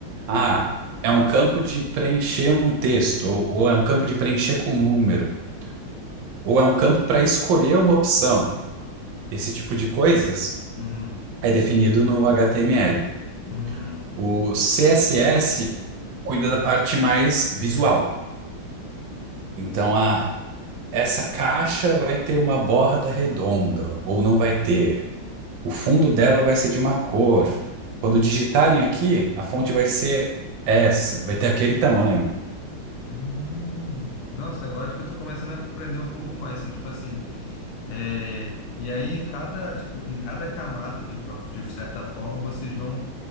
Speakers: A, on the right; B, on the left.
A: Ah,
B: uhum,
A: é um campo de preencher um texto, ou, ou é um campo de preencher com um número, ou é um campo para escolher uma opção. Esse tipo de coisas
B: uhum,
A: é definido no HTML.
B: uhum,
A: O CSS cuida da parte mais visual. Então, a Essa caixa vai ter uma borda redonda, ou não vai ter. O fundo dela vai ser de uma cor. Quando digitarem aqui, a fonte vai ser essa, vai ter aquele tamanho.
B: uhum. Nossa, agora acho que eu estou começando a aprender um pouco mais. Então, tipo assim, é, e aí em cada, tipo, em cada camada, de, de certa forma, vocês vão